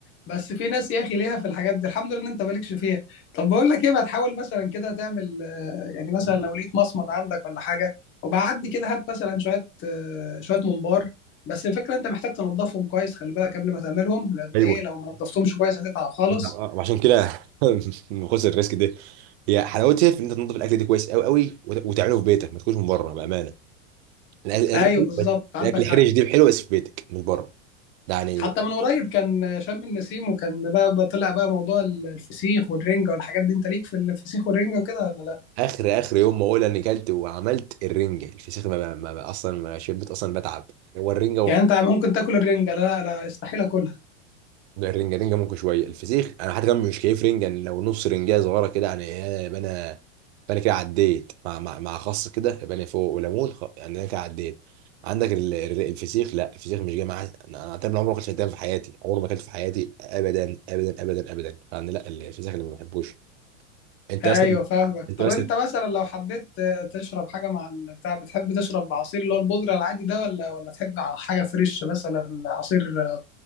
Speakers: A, on the left (about 30°); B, on the right (about 55°).
A: بس في ناس يا اخي ليها في الحاجات دي الحمد لله ان انت مالكش فيها طب بقول لك ايه ما تحاول مثلا كده تعمل آه، يعني مثلا لو لقيت مصمت عندك ولا حاجه وبعدي كده هات مثلا شويه آه، شويه ممبار بس الفكره انت محتاج تنضفهم كويس خلي بالك قبل ما تعملهم لان
B: ايوه
A: ايه لو ما نضفتهمش كويس هتتعب خالص
B: آه، وعشان كده <laughs> خسر الريسك ده هي حلاوتها في ان انت تنظف الاكل ده كويس قوي قوي وت- وتعمله في بيتك ما تكونش من بره بامانه الاكل
A: ايوه
B: الأكل حلو
A: بالظبط
B: بس
A: عندك
B: الاكل الحرش
A: حق
B: دي حلو بس في بيتك مش بره ده يعني
A: حتى من قريب كان شم النسيم وكان بقى بقى طلع بقى موضوع ال- الفسيخ والرنجة والحاجات دي انت ليك في الفسيخ والرنجة وكده ولا لا
B: اخر اخر يوم ما اقول اني كلت وعملت الرنجه الفسيخ ما, ما ما- اصلا ما شبت اصلا بتعب هو الرنجه
A: يعني انت ممكن تاكل الرنجة لا انا استحيل اكلها
B: ده الرنجة رنجة ممكن شوية الفسيخ أنا حتى كمان مش كيف رنجة يعني لو نص رنجة صغيرة كده يعني إيه، يبقى أنا يبقى أنا كده عديت مع مع, مع خس كده يبقى أنا فوق وليمون خ... يعني أنا كده عديت عندك ال- ال- الفسيخ لا الفسيخ مش جاي معايا أنا أنا تقريبا عمري ما أكلت فدان في حياتي عمري ما أكلت في حياتي أبدا أبدا أبدا أبدا يعني لا الفسيخ اللي ما بحبوش أنت
A: ايوه
B: أصلا
A: فاهمك
B: أنت
A: طب
B: مثلا
A: انت مثلا لو حبيت آه، تشرب حاجة مع البتاع بتحب تشرب عصير اللي هو البودرة العادي ده ولا ولا تحب حاجة فريش مثلا عصير آه،